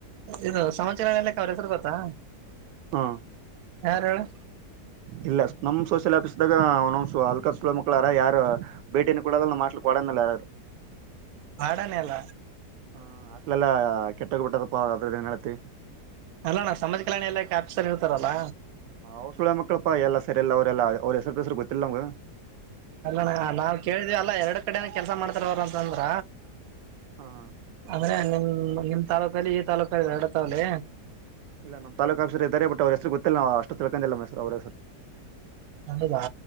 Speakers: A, on the right; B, on the right.
A: ಇದು ಸಮಾಚಾರ ನಲೆಕ್ಕ ಅವ್ರ ಹೆಸರು ಗೊತ್ತಾ
B: ಹಾ
A: ಯಾರು ಹೇಳು
B: ಇಲ್ಲ ನಮ ಸ ಾಪಿಸಿದಾಗ ಅವ ಅಕ ಸುಲ ಮಕ್ಕಳಾರ ಯಾರ ಭೇಟಿನ ಕೂಡಲ್ಲ ಮಾಡ್ ಕೊಡಲ್ಲ ಯಾರ
A: ಕಡನೆಲ್ಲ
B: ಹ ಅಗ್ಲೆಲ್ಲಾ ಕೆಟ್ಟೋಗ ಬಿಟ್ಟದಪ್ಪ ಅದ್ರದ್ದನ್ ನಡತಿ
A: ಅಲ್ಲ ನಾ ಸಮಾಜ ಕಲ್ಯಾಣಿ ಎಲ್ಲ ಕಾಪಿಸಸರ್ ಇರ್ತಾರಲ್ಲ
B: ಹ ಅವ್ರು ಸುಳ್ಯ ಮಕ್ಕಳಪ್ಪಾ ಎಲ್ಲ ಸರಿಯಲ್ಲ ಅವರೆಲ್ಲ ಅವ್ರ ರ್ಸರ್ ಗತ್ತಿರ್ಲಗೆ
A: ಅಲ್ಲ ನಾವ್ ಕೇಳಿದಿವವಿ ಅಲ್ಲ ಎರಡು ಕಡೆನ ಕೆಲ್ಸ ಮಾಡ್ತಾರ ಅವ್ರ ಅಂತಂದ್ರ
B: ಹ
A: ಆದ್ರೆ ನಿಮ ಹ್ಮ ನಿಮ್ ತಾಲೂಕಲ್ಲಿ ಈ ತಾಲ್ಲೂಕ ಇದೆ ಎರಡ ತಾವಲಿಿ
B: ಇಲ್ಲ ನಮ್ ತಾಲೂಕ್ ಆಫೀಸರ್ ಇದ್ದಾರೆ ಬಟ್ ಅವ್ರ ಗೊತ್ತಿಲ್ಲ ಅಷ್ಟು ತಿಳ್ಕೊಂಡಿಲ್ಲ ಮರ್ ಅವರೇ ಸರ್
A: ಹೌದಾ